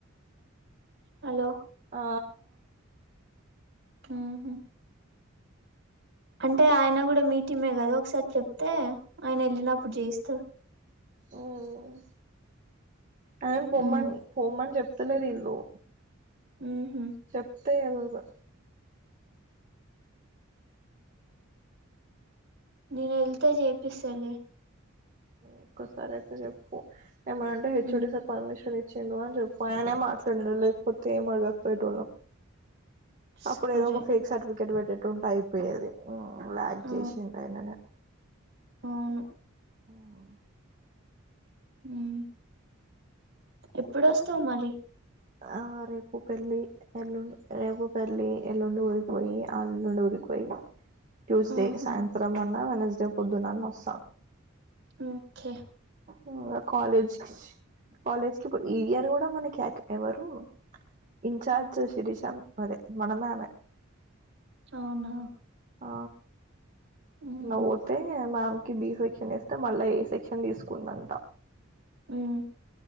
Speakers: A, on the right; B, on the right.
A: హలో
B: ఆ
A: ఉహు అంటే ఆయన కూడా మీటిమే కదా ఒకసారి చెప్తే ఆయన వెళ్ళినప్పుడు చేయిస్తరు
B: ఉమ్ ఆయను పొమ్మన్
A: ఉమ్
B: పొమ్మని చెప్తలేరు ఇల్లు
A: ఉహు
B: చెప్తే విందు
A: నేనీళ్తే చేపిస్తలి
B: ఒక్కసారి అయితే చెప్పు ఏమనంటే హెచ్ఒడి
A: ఉమ్
B: సార్ పర్మిషన్ ఇచ్చిందిడు అని చెప్పు ఆయనే మాట్లాడలే లేకపోతే ఏం అడగకపోయేటవాళ్ళం అప్పుడు
A: సరే
B: ఏదో ఒక ఫేక్ సర్టిఫికేట్ పెట్టేట్టు ఉంట అయిపోయేది లాయా
A: ఆ
B: చేసి ఉంటయినని
A: అవును
B: ఉమ్
A: ఉమ్ ఎప్పుడోస్తవు మళీ
B: ఆ రేపు పెళ్లి ఎల్లుండి రేపు పెళ్లి ఎల్లుండు ఊరికిపోయి ఆ ఎల్లుండు ఊరికిపోయి ట్యూస్డే
A: ఆహా
B: సాయంత్రం అన్నా వెనస్డే పొద్దునన్న వస్త
A: ఉకే
B: ఉమ్ కాలేజ్ కాలేజ్కి ఇప్పుడు ఈ ఇయర్ కూడా మనకి ఎవరు ఇన్చార్జ్ శిరీష అదే మనమే ఆమె
A: అవునా
B: ఆ
A: ఉహు
B: న్వుతే మమ్ కి బి సెక్షన్ ఇస్తే మళ్ళా ఏ సెక్షన్ తీసుకుందంట
A: ఉమ్